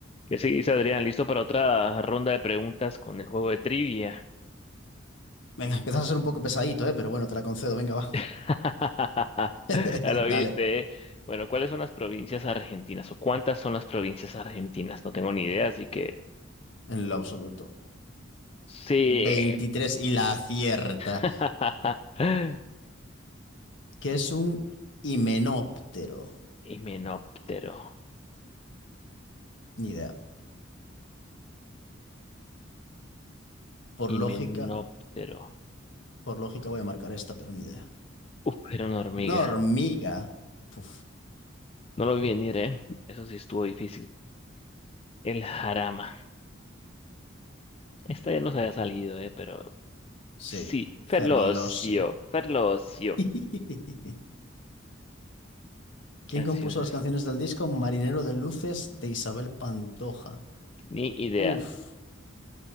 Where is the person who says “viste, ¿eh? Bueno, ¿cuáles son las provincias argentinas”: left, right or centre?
Left